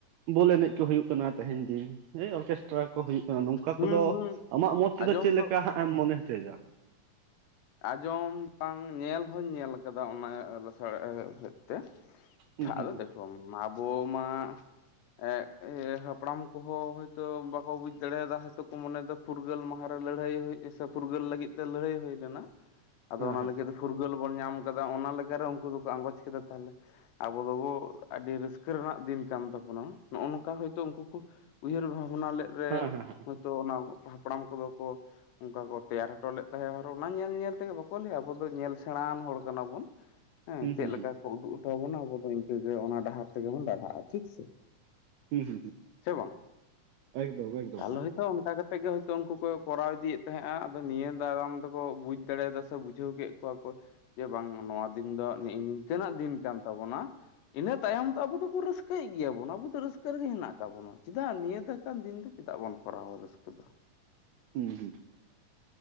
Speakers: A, on the right (about 80°); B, on the left (about 85°).
A: ᱵᱚᱞ ᱮᱱᱮᱡ ᱠᱚ ᱦᱩᱭᱩᱜ ᱠᱟᱱᱟ ᱛᱮᱦᱮᱧ ᱫᱤᱱ ᱦᱮᱭ ᱚᱨᱜᱮᱥᱴᱨᱟ- ᱠᱚ ᱦᱩᱭᱩᱜ ᱠᱟᱱᱟ ᱱᱚᱝᱠᱟ
B: ᱦᱩᱸ
A: ᱠᱚᱫᱚ
B: ᱦᱩᱸ
A: ᱟᱢᱟᱜ ᱢᱚᱛ ᱛᱮᱫᱚ
B: ᱟᱸᱡᱚᱢ
A: ᱪᱮᱫ ᱞᱮᱠᱟ
B: ᱫᱚ
A: ᱦᱟᱸᱜᱮᱢ ᱢᱚᱱᱮ ᱦᱚᱪᱚᱭᱮᱫᱟ
B: ᱟᱸᱡᱚᱢ ᱵᱟᱝ ᱧᱮᱞ ᱦᱚᱧ ᱧᱮᱞ ᱟᱠᱟᱫᱟ ᱚᱱᱟ ᱞᱟᱥᱟᱲ <unintelligible> ᱛᱮᱪᱷᱟᱜ
A: ᱦᱩᱸ ᱦᱩᱸ
B: ᱟᱫᱚ
A: ᱦᱩᱸ
B: ᱫᱮᱠᱷᱚᱢ ᱟᱵᱚ ᱢᱟ ᱮᱸᱜ ᱤᱭᱟᱹ ᱦᱟᱯᱲᱟᱢ ᱠᱚᱦᱚᱸ ᱦᱚᱭᱛᱳ ᱵᱟᱠᱚ ᱵᱩᱡ ᱫᱟᱲᱮᱭᱟᱫᱟ ᱦᱚᱭᱛᱚ ᱠᱚ ᱢᱚᱱᱮ ᱫᱟ ᱯᱷᱩᱨᱜᱟᱹᱞ ᱢᱟᱦᱟ ᱨᱮ ᱞᱟᱹᱲᱦᱟᱹᱭ ᱦᱩᱭ ᱥᱮ ᱯᱷᱩᱨᱜᱟᱹᱞ ᱞᱟᱹᱜᱤᱫ ᱛᱮ ᱞᱟᱹᱲᱦᱟᱹᱭ ᱦᱩᱭ ᱞᱮᱱᱟ ᱟᱫᱚ
A: ᱦᱮᱸ
B: ᱚᱱᱟ ᱞᱟᱹᱜᱤᱫ ᱛᱮ ᱯᱷᱩᱨᱜᱟᱹᱞ- ᱯᱷᱩᱨᱜᱟᱹᱞ ᱵᱚᱱ ᱧᱟᱢ ᱠᱟᱫᱟ ᱚᱱᱟ ᱞᱮᱠᱟᱨᱮ ᱩᱱᱠᱩ ᱫᱚᱠᱚ ᱟᱸᱜᱚᱪ ᱠᱮᱫᱟ ᱛᱟᱦᱚᱞᱮ ᱟᱵᱚ ᱫᱚᱵᱚ ᱟᱹᱰᱤ ᱨᱟᱹᱥᱠᱟᱹ ᱨᱮᱱᱟᱜ ᱫᱤᱱ ᱠᱟᱱ ᱛᱟᱵᱚᱱᱟ ᱱᱚᱜᱚ ᱱᱚᱝᱠᱟ ᱦᱚᱳᱭᱛᱳ ᱩᱱᱠᱩᱠᱚ ᱩᱭᱦᱟᱹᱨ ᱵᱷᱟᱵᱱᱟ ᱞᱮᱫ ᱨᱮ
A: ᱦᱮᱸ ᱦᱮᱸ ᱦᱮᱸ ᱦᱮᱸ
B: ᱦᱚᱳᱭᱛᱳ ᱚᱱᱟ ᱦᱟᱯᱲᱟᱢ ᱠᱚᱫᱚ ᱠᱚ ᱚᱱᱠᱟ ᱠᱚ ᱛᱮᱭᱟᱨ ᱦᱚᱴᱚ ᱞᱮᱫ ᱛᱟᱦᱮᱸᱜ ᱚᱱᱟ ᱧᱮᱞ ᱧᱮᱞ ᱛᱮᱜᱮ ᱵᱟᱠᱚ ᱞᱟᱹᱭᱟ ᱟᱵᱚ ᱫᱚ ᱧᱮᱞ ᱥᱮᱬᱟᱱ ᱦᱚᱲ ᱠᱟᱱᱟ ᱵᱚᱱ ᱦᱮᱸ
A: ᱦᱩᱸ
B: ᱪᱮᱫ
A: ᱦᱩᱸ ᱦᱩᱸ
B: ᱞᱮᱠᱟ ᱠᱚ ᱩᱫᱩᱜᱚ ᱴᱚ ᱵᱚᱱᱟ ᱟᱵᱚ ᱫᱚ ᱤᱱᱠᱟᱹᱜᱮ ᱚᱱᱟ ᱰᱟᱦᱟᱨ ᱛᱮᱜᱮ ᱵᱚᱱ ᱰᱟᱨᱦᱟᱜᱼᱟ ᱴᱷᱤᱠ ᱥᱮ
A: ᱦᱩᱸ ᱦᱩᱸ ᱦᱩᱸ
B: ᱥᱮ ᱵᱟᱝ
A: ᱮᱠᱫᱚᱢ ᱮᱠᱫᱚᱢ
B: ᱛᱟᱞᱮ ᱦᱚᱭᱛᱳ ᱚᱱᱠᱟ ᱠᱟᱛᱮ- ᱛᱮ ᱜᱮ ᱦᱳᱭᱛᱳ ᱩᱱᱠᱩ ᱠᱚ ᱠᱚᱨᱟᱣ ᱤᱫᱤᱭᱮᱫ ᱛᱟᱦᱮᱸᱜᱼᱟ ᱟᱫᱚ ᱱᱤᱭᱟᱹ ᱛᱟᱭᱚᱢᱟᱨᱟᱢ ᱠᱚ ᱵᱩᱡ ᱫᱟᱲᱮᱭᱟᱫᱟ ᱥᱮ ᱵᱩᱡᱷᱟᱹᱣ ᱠᱮᱫ ᱠᱚᱣᱟ ᱠᱚ ᱡᱮ ᱵᱟᱝ ᱱᱚᱣᱟ ᱫᱤᱱ ᱫᱚ ᱱᱤᱝᱠᱟᱹᱱᱟᱜ ᱫᱤᱱ- ᱠᱟᱱ ᱛᱟᱵᱚᱱᱟ ᱤᱱᱟᱹ ᱛᱟᱭᱚᱢ ᱫᱚ ᱟᱵᱚ ᱫᱚᱵᱚᱱ ᱨᱟᱹᱥᱠᱟᱹᱭᱮᱫ ᱜᱮᱭᱟᱵᱚᱱ ᱟᱵᱚ ᱫᱚ ᱨᱟᱹᱥᱠᱟᱹ ᱨᱮᱜᱮ ᱦᱮᱱᱟᱜ ᱛᱟᱵᱚᱱᱟ ᱪᱮᱫᱟᱜ ᱱᱤᱭᱟᱹ ᱫᱚ ᱚᱱᱠᱟᱱ ᱫᱤᱱ ᱫᱚ ᱪᱮᱫᱟᱜ ᱵᱚᱱ ᱠᱚᱨᱟᱣᱟ ᱨᱟᱹᱥᱠᱟᱹ ᱫᱚ
A: ᱦᱩᱸ ᱦᱩᱸ